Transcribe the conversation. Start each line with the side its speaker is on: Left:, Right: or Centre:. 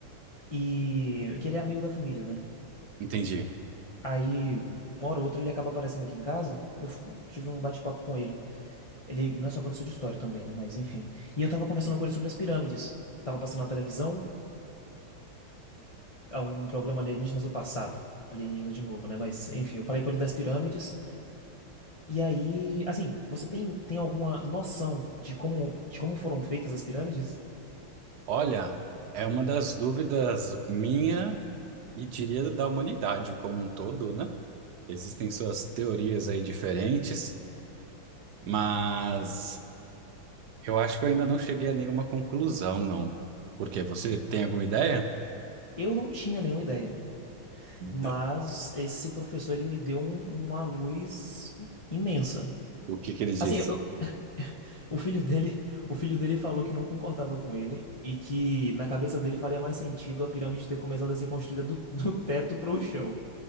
Left: e que ele é amigo da família, né?
Right: Entendi.
Left: Aí, uma hora ou outra, ele acaba aparecendo aqui em casa. Eu f- tive um bate-papo com ele. Ele não é só professor de história também, né? Mas enfim. E eu tava conversando com ele sobre as pirâmides. Tava passando na televisão. a um programa Alienígenas do Passado. Alienígena de novo, né? Mas, enfim, eu falei com ele das pirâmides. E aí, assim, você tem, tem alguma noção de como, de como foram feitas as pirâmides?
Right: Olha, é uma das dúvidas minha e diria da humanidade como um todo, né? Existem suas teorias aí diferentes, mas eu acho que eu ainda não cheguei a nenhuma conclusão, não. Por quê? Você tem alguma ideia
Left: Eu não tinha nenhuma ideia. Mas
Right: da-
Left: esse professor, ele me deu um- uma luz imensa.
Right: do que que ele disse?
Left: Assim, eu- eu- o filho dele, o filho dele falou que não concordava com ele e que na cabeça dele faria mais sentido a pirâmide ter começado a ser construída do, do teto para o chão.